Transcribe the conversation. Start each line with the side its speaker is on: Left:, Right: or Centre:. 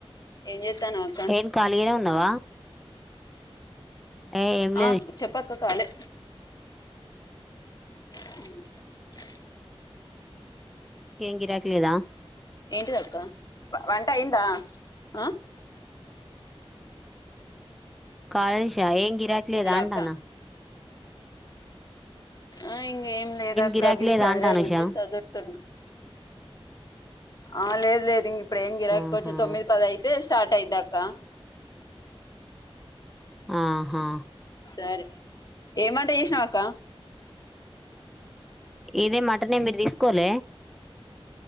Left: ఏం చేస్తానవ్ అక్క
Centre: ఏం ఖాళీగనే ఉన్నావా ఏ ఏం లేదు
Left: ఆ చెప్పక కాలే అ
Centre: ఏం గిరాకి లేదా
Left: ఏంటిదక్క వంట అయిందా అ
Centre: కాలేద్షా ఏం గిరాకి లేదా
Left: హలో
Centre: అంటానా
Left: అక్క ఆ ఇంగ ఏం లేదక్క
Centre: గిరాకి
Left: గివి
Centre: లేదా
Left: సదిరేదుంటే
Centre: అంటాను ఉషా
Left: సదురుతున్నా ఆ లేదు లేదు ఇంక ఇప్పుడు ఏం గరాక
Centre: ఆహా
Left: కొంచెం తొమ్మిది పద అయితే స్టార్ట్ అయిందాక్క
Centre: ఆహా
Left: సరే ఏమంట చేసినావక్క
Centre: ఇదే మటనే మీరు తీసుకోలె